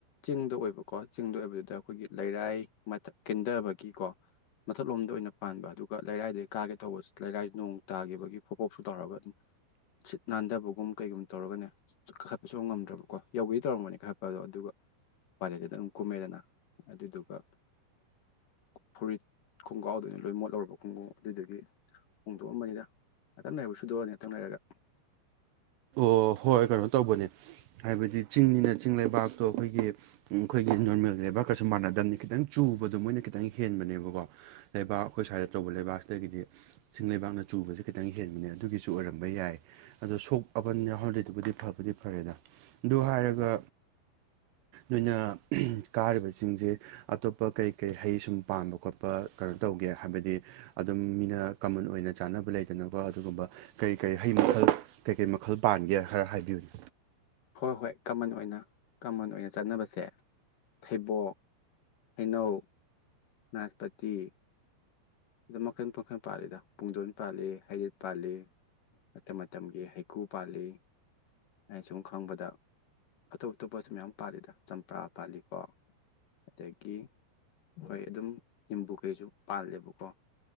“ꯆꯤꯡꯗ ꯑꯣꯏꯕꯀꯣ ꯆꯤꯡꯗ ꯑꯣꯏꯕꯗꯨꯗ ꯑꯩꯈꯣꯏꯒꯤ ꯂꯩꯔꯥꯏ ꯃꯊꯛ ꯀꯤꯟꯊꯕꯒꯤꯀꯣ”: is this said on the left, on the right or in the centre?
Left